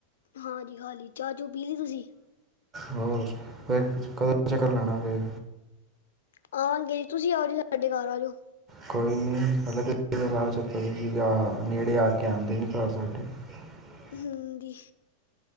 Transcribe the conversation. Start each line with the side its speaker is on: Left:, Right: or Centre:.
Left: ਹਾਂਜੀ ਖਾ ਲੀ, ਚਾਹ ਚੂ ਪੀ ਲਈ ਤੁਸੀਂ।
Right: ਹੋਰ ਫੇਰ, ਤੁਸੀਂ ਕਦੋਂ ਚੱਕਰ ਲਾਣਾ ਫੇਰ।
Left: ਆਵਾਂਗੇ ਜੀ, ਤੁਸੀਂ ਆ ਜਿਓ, ਸਾਡੇ ਘਰ ਆ ਜੋ।
Right: ਕੋਈ ਨੀ, ਹਲੇ ਤੇ <unintelligible> ਯਾ ਨੇੜੇ ਆ ਕੇ ਆਂਦੇ ਨੀ ਕਾਰ ਸਾਡੇ। <unintelligible>
Left: ਹੂੰ ਦੀ।